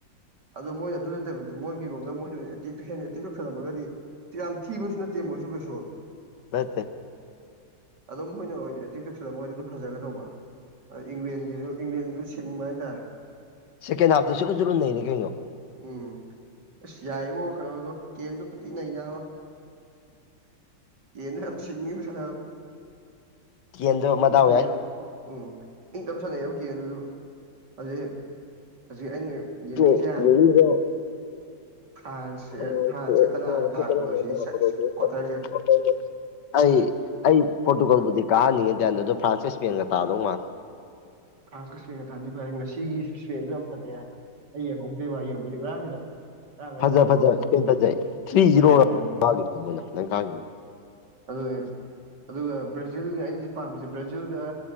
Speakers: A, on the right (about 65°); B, on the left (about 70°).
A: ꯑꯗꯨ ꯃꯣꯏ ꯑꯗꯨ ꯅꯠꯇꯕꯤꯗ ꯃꯣꯏ ꯔꯣꯝꯗ ꯃꯣꯏꯅ ꯑꯣꯏꯅꯥ ꯍꯦꯟꯅ ꯑꯦꯇꯦꯛ ꯇꯩꯁꯜꯂꯝꯃꯒꯗꯤ ꯌꯥꯝ ꯊꯤꯕꯁꯨ ꯅꯠꯇꯦ ꯃꯣꯏꯁꯨ ꯀꯩꯁꯨ
B: <unintelligible>
A: ꯑꯗꯨꯝ ꯃꯣꯏꯅ ꯑꯣꯏꯅ ꯑꯦꯇꯦꯛ ꯇꯧꯁꯜꯂꯛꯄꯥ ꯑꯗꯨ ꯐꯖꯒꯗꯧꯕ ꯏꯪꯂꯦꯟ ꯏꯪꯂꯦꯟꯁꯨ ꯁꯤꯡꯕ ꯍꯥꯏꯇꯥꯔꯦ
B: ꯁꯀꯦꯟ ꯍꯥꯐꯇꯥ ꯁꯨꯔꯨꯖꯨꯔꯨ ꯅꯩꯔꯦ ꯀꯩꯅꯦ
A: ꯎꯝ ꯑꯁ ꯌꯥꯏꯕꯣ ꯀꯩꯅꯣꯗꯣ ꯀꯦꯟꯗꯣ ꯊꯤꯅꯩ ꯅꯥꯕ ꯀꯦꯟꯗꯣ ꯌꯥꯝ ꯁꯤꯡꯉꯤꯕꯨ ꯁꯅꯥ
B: ꯀꯦꯟꯗꯣ
A: ꯏꯪ ꯇꯞꯅꯥ
B: ꯃꯗꯥꯎ
A: ꯁꯥꯅꯩꯕ
B: ꯌꯥꯏ
A: ꯎꯝ ꯏꯪꯇꯞ ꯁꯥꯟꯅꯩꯌꯦꯕ ꯀꯦꯟ ꯗꯨꯁꯨ ꯍꯧꯖꯤꯛ ꯍꯧꯖꯤꯛ ꯑꯩꯅ ꯌꯦꯡꯅꯤꯡꯉꯤꯁꯦ
B: <unintelligible>
A: ꯐ꯭ꯔꯥꯟꯁ
B: <unintelligible>
A: ꯐ꯭ꯔꯥꯟꯁꯀ ꯀꯅꯥꯒ ꯊꯥꯔꯛꯄꯅꯣ ꯁꯤꯅꯤ ꯀ꯭ꯋꯥꯇꯔꯁꯦ
B: ꯑꯩ ꯑꯩ ꯄꯣꯔꯇꯨꯒꯜꯕꯨꯗꯤ ꯀꯥꯍꯟꯅꯤꯡꯉꯦ ꯑꯗꯨꯗꯣ ꯐ꯭ꯔꯥꯟꯁ ꯀꯥ ꯏꯁꯄꯦꯟꯒ ꯇꯥꯗꯧ ꯃꯥꯜꯂꯦ
A: ꯐ꯭ꯔꯥꯟꯁꯀꯥ ꯏꯁꯄꯦꯟꯒ ꯇꯥꯅꯤ ꯕꯥꯏ ꯉꯁꯤꯒꯤ ꯏꯁꯄꯦꯟꯁꯨ ꯌꯥꯝ ꯐꯖꯩ ꯍꯥꯏ ꯑꯩ ꯌꯦꯡꯍꯧꯗꯦꯕ ꯌꯦꯡꯕꯗꯤ ꯉꯔꯥꯡꯒꯤꯗꯣ ꯉꯔꯥꯡ
B: ꯐꯖ
A: ꯍꯥꯏꯇꯥꯔꯦꯀꯣ
B: ꯐꯖ ꯏꯁꯄꯦꯟ ꯐꯖꯩ ꯊ꯭ꯔꯤ
A: ꯑꯗꯨꯝ ꯐꯖꯩ
B: ꯖꯤꯔꯣꯥ
A: ꯍꯥꯏꯌꯦꯕ
B: ꯀꯥꯈꯤꯕꯗꯣ ꯃꯣꯏꯅ ꯑꯗꯨꯃꯥꯏ ꯀꯥꯈꯤꯕꯅꯣ
A: ꯑꯗꯨꯅꯤ ꯑꯗꯨꯒ ꯕ꯭ꯔꯥꯖꯤꯜꯒ ꯑꯩꯅ ꯍꯧꯖꯤꯛ ꯄꯥꯝꯃꯤꯁꯦ ꯕ꯭ꯔꯥꯖꯤꯜꯒ